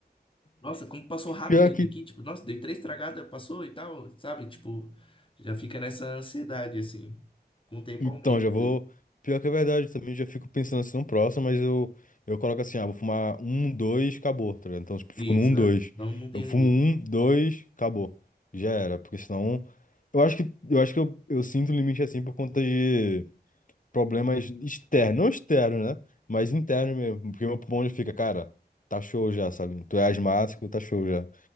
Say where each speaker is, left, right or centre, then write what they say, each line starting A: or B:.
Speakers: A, on the left; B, on the left.
A: nossa, como passou rápido
B: Pior
A: esse
B: que.
A: aqui, tipo, nossa, dei três tragadas, passou e tal, sabe? Tipo, já fica nessa ansiedade, assim, com o tempo
B: Então,
A: aumenta.
B: já vou.
A: né?
B: Pior que é verdade, também já fico pensando assim no próximo, mas eu, eu coloco assim, ah, vou fumar um, dois, acabou, tá ligado? Então, tipo, fico
A: Isso,
B: no um, dois.
A: é. Não, não tem
B: Eu fumo
A: limite.
B: um, dois, acabou. Já era, porque senão. Eu acho que, eu acho que eu, eu sinto o limite assim por conta de. problemas externos, não externos, né? Mas internos mesmo, porque meu pulmão já fica, cara, tá show já, sabe? Tu é asmático, tá show já.